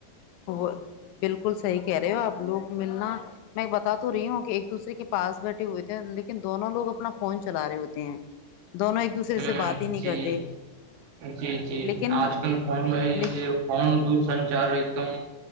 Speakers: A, on the left (about 90°); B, on the right (about 80°).
A: وہ بالکل صحیح کہہ رہے ہو آپ لوگ ملنا میں بتاات تو رہی ہوں کہ ایک دوسرے کے پاس بیٹھے ہوئے تھے لیکن دونوں لوگ اپنا فون چلا رہے ہوتے ہیں دونوں ایک دوسرے
B: ہ
A: سے بات ہی نہیں
B: جی
A: کرتے
B: جی جی
A: لیکن
B: آج کل فون میں
A: لیکن
B: فون دور سنچار ایک دم